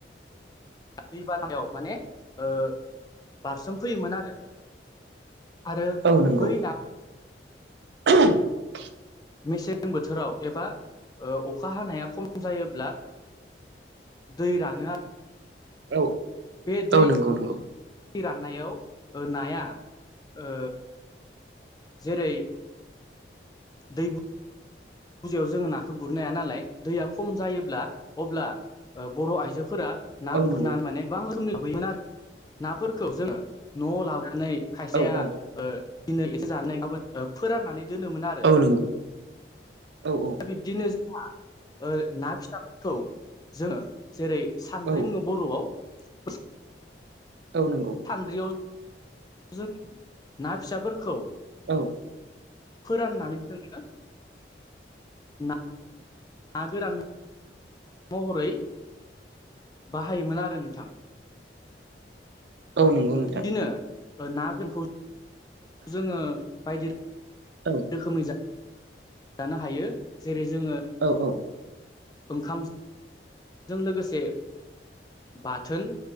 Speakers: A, on the left; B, on the right.
A: दै बानाव माने बारसोम फैयोमोन आरो। आरो
B: औ नंगौ
A: बै ना।
B: <inaudible>
A: मेसें बोथोराव एबा अखा हानाया खम जायोब्ला दै राङो आरो
B: औ
A: बे दै
B: औ नंगौ नंगौ।
A: राननायाव नाया ओ जेरै दै फुजायाव जोङो नाखौ गुरनाया नालाय दैया खम जायोब्ला अब्ला बर' आइजोफोरा। ना
B: औ
A: गुरनानै
B: नंगौ
A: माने गोबां रोखोमनि लाबोयोमोन आरो नाफोरखौ जोङो न'आव लाबोनानै। खायसेया
B: औ औ
A: बिनो एसे जानानैबाबो फोराननानै दोनोमोन आरो।
B: औ औ।
A: बिदिनो ज ना फिथफोरखौ जोङो जेरै सानद
B: औ
A: बुङो बर'आव बे
B: औ नंगौ।
A: सान्द्रियाव जों ना फिसाफोरखौ।
B: औ।
A: फोराननानै जोङो। ना गोरान महरै बाहायोमोन आरो नोंथां
B: औ नंगौ नोंथां
A: बिदिनो ना गोनखौ जोङो बायदि
B: औ
A: रोखोमै जा जानो हायो जेरै जोङो
B: औ औ
A: ओंखाम जों लोगोसे बाथोन